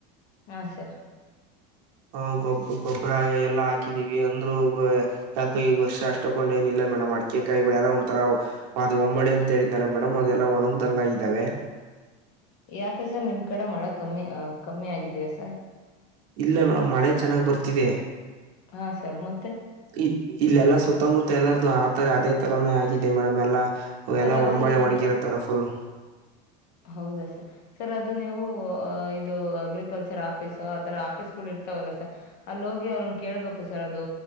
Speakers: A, on the left; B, on the right.
A: ಹಾ ಸರಿ
B: ಹ ಗೊಬ್ಬ ಗೊಬ್ಬರ ಎಲ್ಲಾ ಹಾಕಿದೀವಿ ಅಂದ್ರು ಯಾಕ ಈ ವರ್ಷ ಅಷ್ಟ ಹಂಗೇನ್ ಏನ್ ಇಲ್ಲಾ ಮೇಡಮ್ ಮಾಡತಿ ಅಡಿಕೆ ಕಾಯಿಗಳಲ್ಲ ಒಂಥರ ಅದು ಹೊಂಬಾಳೆ ಅಂತ ಹೇಳಿದ್ನಲ್ಲ ಮೇಡಮ್ ಅದೆಲ್ಲ ಒಣದಂಗ ಆಗಿದ್ದಾವೆ
A: ಯಾಕೆ ಸರ್ ನಿಮ್ ಕಡೆ ಮಳೆ ಕಮ್ಮಿ ಕಮ್ಮಿ ಆಗಿದೆಯಾ ಸರ್
B: ಇಲ್ಲ ಮೇಡಮ್ ಮಳೆ ಚೆನ್ನಾಗಿ ಬರ್ತಿದೆ.
A: ಹಾ ಸರ್ ಮತ್ತೆ
B: ಈ ಇಲ್ಲೆಲ್ಲಾ ಸುತ್ತಮುತ್ತ ಎಲ್ಲಾರ್ದು ಆತರ ಅದೇ ತರಾನೇ ಆಗಿದೆ ಮೇಡಮ್ ಎಲ್ಲಾ
A: ಸರ್
B: ಎಲ್ಲ
A: ಅದು
B: ಹೊಂಬಾಳೆ
A: ನೀವು
B: ಒಣಗಿರತ್ತಾರ ಫುಲ್
A: ಹೌದಾ ಸರ್ ಸರ್ ಅದು ನೀವು ಇದು ಅಗ್ರಿಕಲ್ಚರ್ ಆಫೀಸು ಆತರ ಆಫೀಸ್ಗಳು ಇರ್ <unintelligible> ತವಲ್ಲ ಸರ್ ಅಲ್ಲಿ ಹೋಗಿ ಅವ್ರನ್ ಕೇಳ್ಬೇಕು ಸರ್ ಅದು